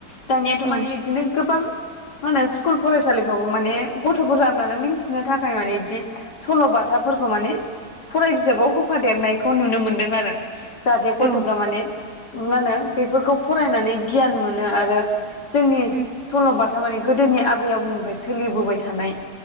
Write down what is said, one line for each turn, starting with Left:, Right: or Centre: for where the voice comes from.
Left: दानियाथ'
Right: औ
Left: माने बिदिनो गोबां मा होनो स्कुल फरायसालिफ्रावबो माने गथ'फोरा माने मिथिनो थाखाय माने बिदि सल' बाथाफोरखौ माने फराय बिजाबाव होफादेरनायखौ नुनो मोनदों आरो। जाहाथे गथ'फ्रा
Right: औ
Left: माने मा होनो बेफोरखौ फरायनानै गियान मोनो आरो जोंनि
Right: उम
Left: सल'बााथा मानि गोदोनि आबै आबौनिफ्राय सोलिबोबाय थानाय।